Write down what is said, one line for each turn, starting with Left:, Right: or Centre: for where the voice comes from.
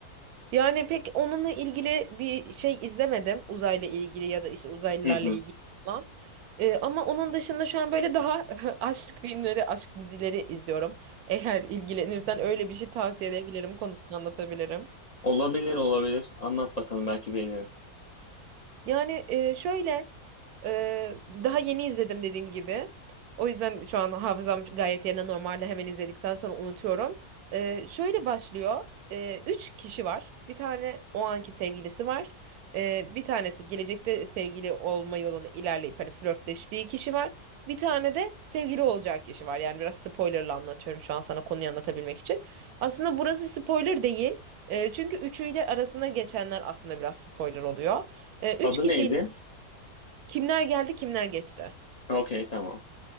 Right: Yani pek onunla ilgili bir şey izlemedim. Uzayla ilgili ya da işte uzaylılarla
Left: Hı hı.
Right: ilgili falan. Ee, ama onun dışında şu an böyle daha <laughs> aşk filmleri, aşk dizileri izliyorum. Eğer ilgilenirsen öyle bir şey tavsiye edebilirim, konusunu anlatabilirim.
Left: Olabilir olabilir. Anlat bakalım belki beğenirim.
Right: Yani e, şöyle e, daha yeni izledim dediğim gibi. O yüzden şu an hafızam gayet yerine normalde hemen izledikten sonra unutuyorum. E, şöyle başlıyor. E, üç kişi var. Bir tane o anki sevgilisi var. E, bir tanesi gelecekte sevgili olma yolunu ilerleyip hani flörtleştiği kişi var. Bir tane de sevgili olacağı kişi var. Yani biraz spoilerla anlatıyorum şu an sana konuyu anlatabilmek için. Aslında burası spoiler değil. E, çünkü üçüyle arasında geçenler aslında biraz spoiler oluyor. E,
Left: Adı
Right: üç kişiyle
Left: neydi?
Right: kimler geldi kimler geçti?
Left: Okey tamam.